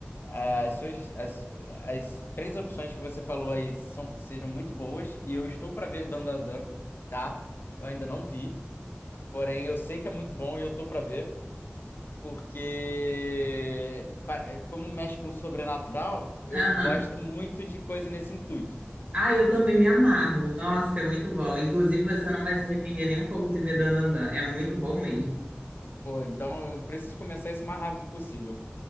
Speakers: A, on the left (about 60°); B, on the right (about 35°).
A: eh, as suas, as, as três opções que você falou aí são, sejam muito boas. E eu estou para ver Dandadan, tá? Eu ainda não vi, porém eu sei que é muito bom e eu tô para ver. porque pa- eh, como mexe com o sobrenatural, eu
B: Aham.
A: gosto muito de coisa nesse intuito.
B: Ah, eu também me amarro. Nossa, é muito bom. Inclusive, você não vai se arrepender nem um pouco de ver Dandadan. É muito bom mesmo.
A: Pô, então eu preciso começar isso o mais rápido possível.